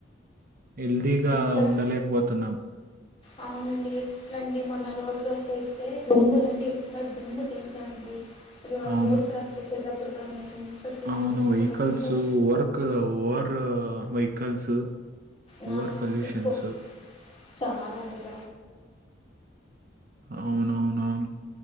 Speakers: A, on the right (about 45°); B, on the left (about 30°).
A: హెల్తీగా
B: ఇక్కడ
A: ఉండలేకపోతున్నాం
B: అవునండి ఎట్లండి మొన రోడ్లు వస్తయితే దుమ్ములండి ఎట్లా దుమ్ము తెలుసా అండి
A: అవును.
B: రోడ్ <inaudible>
A: అవును
B: దుమ్ము
A: వెహికల్సు
B: అసలు
A: వర్క్ ఓర్ వెహికల్స్
B: నా
A: ఓవర్ పొల్యూషన్స్
B: ఎక్కువ చాలా అండి <inaudible>
A: అవునవునవును.